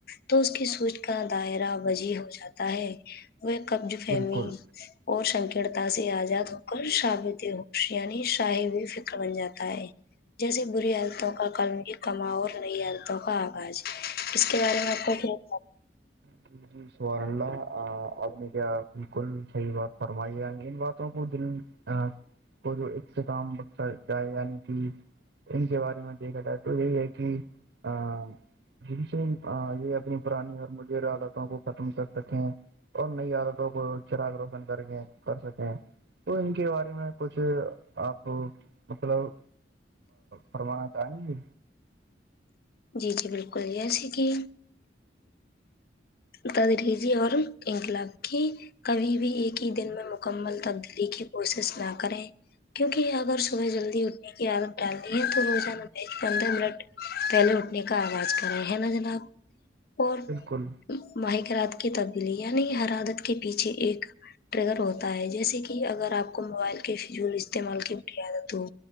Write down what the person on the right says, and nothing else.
بالکل
ج <unintelligible> جی سبارن اللہ آپ نے کیا بالکل صحیح بات فرمائی ان باتوں کو دل ا کو جو اختتام بک جائے یعنی کہ ان کے بارے میں دیکھا جائے تو یہ ہے کہ ا جن سے یہ اپنی پرانی اور م عادتوں کو ختم کر سکے ہیں اور نہیں آادتوں کو چراغ روشن کر کے کر سکیں ہیں تو ان کے بارے میں کچھ آپ مطلب فرمانا چاہیں گے
بالکل